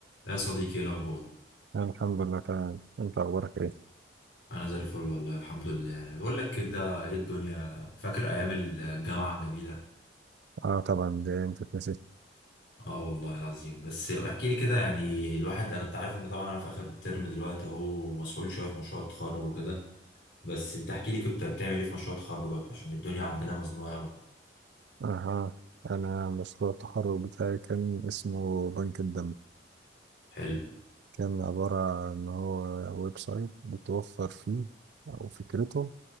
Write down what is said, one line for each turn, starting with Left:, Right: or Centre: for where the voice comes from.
Left: يا صديقي ايه الاخبار
Right: الحمد لله تمام انت اخبارك ايه
Left: انا زي الفل والله الحمد لله بقول لك كده ايه الدنيا فاكر ايام الجامعه الجميله
Right: اه طبعا دي انت تنسيت
Left: اه والله العظيم بس احكي لي كده يعني الواحد انا انت عارف ان طبعا انا في اخر ترم دلوقتي اهو مسحول شويه في مشروع التخرج وكده بس انت احكي لي كنت بتعمل ايه في مشروع تخرجك عشان الدنيا عندنا مزنوقه قوي
Right: اها انا مشروع التخرج بتاعي كان اسمه بنك الدم
Left: حلو
Right: كان عبارة عن ان هو ويب سايت بتوفر فيه او فكرته